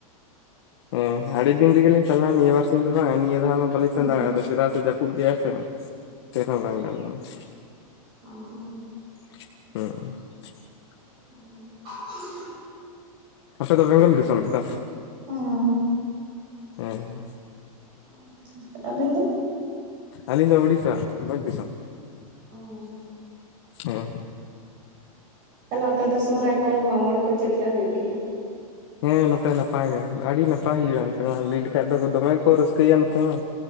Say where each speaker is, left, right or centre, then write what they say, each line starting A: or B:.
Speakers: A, on the left; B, on the right.
A: ᱦᱮᱸ ᱟᱹᱰᱤ ᱫᱤᱱ ᱨᱮᱜᱮᱞᱤᱧ ᱪᱟᱞᱟᱜᱼᱟ, ᱱᱤᱭᱟᱹ ᱵᱟᱨᱥᱤ ᱫᱚ ᱵᱟᱝ, ᱱᱤᱭᱟᱹ ᱫᱷᱟᱣ ᱢᱟ ᱵᱟᱹᱞᱤᱧ
B: ᱚ
A: ᱥᱮᱱ ᱫᱟᱲᱮᱭᱟᱫᱟ ᱪᱮᱫᱟᱜ ᱥᱮ ᱡᱟᱹᱯᱩᱫ ᱜᱮᱭᱟᱭ ᱥᱮ ᱪᱮᱫ ᱦᱚᱸ ᱵᱟᱝ ᱜᱟᱱ ᱞᱮᱱᱟ ᱾
B: ᱚᱸᱻ
A: <unintelligible>
B: <unintelligible>
A: ᱟᱯᱮ ᱫᱚ ᱵᱮᱝᱜᱚᱞ ᱫᱤᱥᱚᱢ ᱜᱮᱛᱚ?
B: ᱦᱩᱸ
A: ᱦᱮᱸ
B: ᱟᱪᱪᱷᱟ, ᱟᱪᱪᱷᱟ ᱟᱵᱮᱱ ᱫᱚ?
A: ᱟᱞᱤᱧ ᱫᱚ ᱚᱲᱤᱥᱟ ᱵᱷᱚᱧᱫᱤᱥᱚᱢ᱾
B: ᱚᱻ
A: ᱦᱮᱸ,
B: ᱛᱟᱦᱞᱮ ᱚᱱᱛᱮ ᱫᱚ ᱥᱚᱦᱨᱟᱭ ᱠᱚ ᱢᱟᱜ ᱢᱚᱬᱮ ᱠᱚ ᱪᱮᱫ ᱞᱮᱠᱟ ᱦᱩᱭᱩᱜ ᱜᱮᱭᱟ?
A: ᱦᱮᱸ ᱱᱚᱛᱮ ᱱᱟᱯᱟᱭ ᱜᱮ ᱟᱹᱰᱤ ᱱᱟᱯᱟᱭ ᱦᱩᱭᱩᱜᱼᱟ, ᱱᱚᱛᱮ ᱢᱟ ᱞᱟᱹᱭ ᱞᱮᱠᱷᱟᱡ ᱫᱚ ᱫᱚᱢᱮ ᱠᱚ ᱨᱟᱹᱥᱠᱟᱹᱭᱟ ᱱᱚᱛᱮ ᱢᱟ᱾